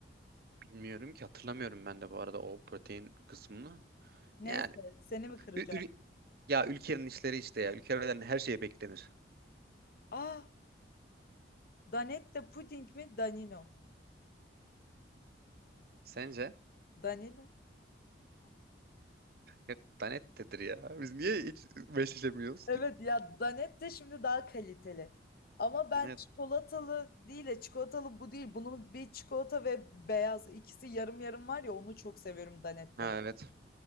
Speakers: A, on the right; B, on the left.
A: Bilmiyorum ki hatırlamıyorum ben de bu arada o protein kısmını.
B: Neyse
A: Yani
B: seni mi kıracağım?
A: ü- ül- ya ülkenin işleri işte ya. Ülkelerden her şey beklenir.
B: Ah, Danette puding mi? Danino. mu?
A: Sence?
B: Danino.
A: Yok lanettedir ya. Biz niye hiç meşleşemiyoruz?
B: Evet ya Danette şimdi daha kaliteli. Ama ben
A: Evet.
B: çikolatalı değil de çikolatalı bu değil. Bunun bir çikolata ve beyaz ikisi yarım yarım var ya onu çok seviyorum Danette'de.
A: Ha evet.